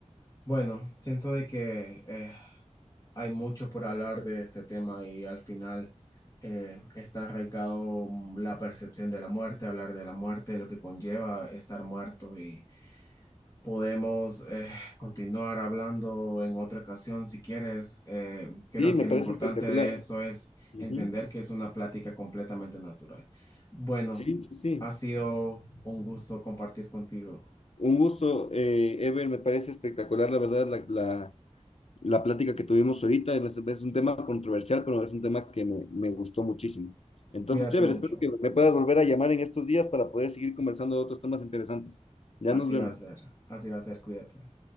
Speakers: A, on the left; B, on the left.
A: Bueno, siento de que eh, hay mucho por hablar de este tema y al final eh, está arraigado mm, la percepción de la muerte, hablar de la muerte, lo que conlleva estar muerto y podemos eh, <laughs> continuar hablando en otra ocasión si quieres. Eh, creo
B: Sí,
A: que
B: me parece
A: lo importante
B: espectacular.
A: de esto es
B: Ujú.
A: entender que es una plática completamente natural. Bueno,
B: Sí, sí, sí.
A: ha sido un gusto compartir contigo.
B: Un gusto, eh, Ever, me parece espectacular, la verdad, la, la, la plática que tuvimos ahorita. Es, es un tema controversial, pero es un tema que me, me gustó muchísimo. Entonces,
A: Cuídate
B: chévere,
A: mucho.
B: espero que me puedas volver a llamar en estos días para poder seguir conversando de otros temas interesantes. Ya
A: Así
B: nos vemos.
A: va a ser. Así va a ser. Cuídate.